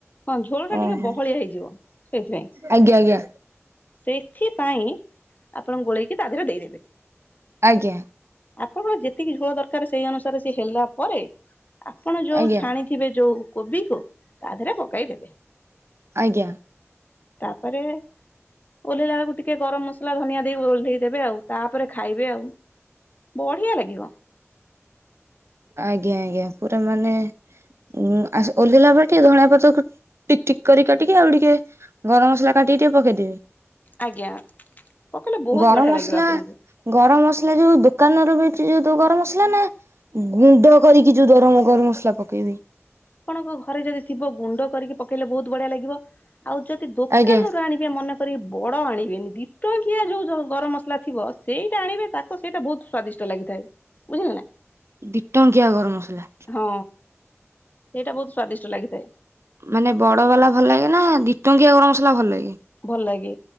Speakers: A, on the left (about 35°); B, on the right (about 60°).
A: ହଁ ଝୋଳ ଟା
B: ଓହୋ
A: ଟିକେ ବହଳିଆ ହେଇଯିବ, ସେଇଥିପାଇଁ।
B: ଆଜ୍ଞା ଆଜ୍ଞା
A: ସେଥିପାଇଁ ଆପଣ ଗୋଳେଇକି ତା ଦେହରେ ଦେଇଦେବେ।
B: ଆଜ୍ଞା।
A: ଆପଣଙ୍କ ଯେତିକି ଝୋଳ ଦରକାର ସେଇ ଅନୁସାରେ ସେ ହେଲା ପରେ, ଆପଣ ଯୋଉ
B: ଆଜ୍ଞା
A: ଛାଣିଥିବେ ଯୋଉ କୋବି କୁ ତା ଦେହରେ ପକାଇଦବେ।
B: ଆଜ୍ଞା।
A: ତାପରେ ଓହେଇଲା ବେଳକୁ ଟିକେ ଗରମ ମସଲା, ଧନିଆ ଦେଇକି ଓହ୍ଲେଇ ଦେବେ ଆଉ ତାପରେ ଖାଇବେ ଆଉ ବଢିଆ ଲାଗିବ।
B: ଆଜ୍ଞା ଆଜ୍ଞା, ପୁରା ମାନେ ଉଁ ଆ ଓଲେହିଲା ବେଳେ ଟିକେ ଧଣିଆ ପତ୍ର ଟିକ ଠିକ କରି କାଟିକି ଆଉ ଟିକେ ଗରମ ମସଲା କାଟିକି ଟିକେ ପକେଇ ଦେବି।
A: ଆଜ୍ଞା ପକେଇଲେ ବହୁତ
B: ଗରମ
A: ବଢିଆ
B: ମସଲା,
A: ଲାଗିବ ଆପଣଙ୍କୁ
B: ଗରମ ମସଲା ଯୋଉ ଦୋକାନରୁ ବି ସେଇ ଯୋଉ ତୋ ଗରମ ମସଲା ନା ଗୁଣ୍ଡ କରିକି ଯୋଉ ଗରମ ଗରମ ମସଲା ପକେଇବି?
A: ଆପଣଙ୍କ ଘରେ ଯଦି ଥିବ ଗୁଣ୍ଡ କରିକି ପକେଇଲେ ବହୁତ ବଢିଆ ଲାଗିବ ଆଉ ଯଦି ଦୋକାନରୁ
B: ଆଜ୍ଞା
A: ଆଣିବି ମନେକରି ବଡ ଆଣିବେନି ଦିଇ ଟଙ୍କିଆ ଯୋଉ ଯ ଗରମ ମସଲା ଥିବ ସେଇଟା ଆଣିବେ ତାକୁ ସେଇଟା ବହୁତ ସ୍ଵାଦିଷ୍ଟ ଲାଗିଥାଏ। ବୁଝିଲ ନା।
B: ଦି ଟଙ୍କିଆ ଗରମ ମସଲା!
A: ହଁ ସେଇଟା ବହୁତ ସ୍ଵାଦିଷ୍ଟ ଲାଗିଥାଏ।
B: ମାନେ ବଡ ବାଲା ଭଲ ଲାଗେ ନା ଦି'ଟଙ୍କିଆ ଗରମ ମସଲା ଭଲ ଲାଗେ?
A: ଭଲ ଲାଗେ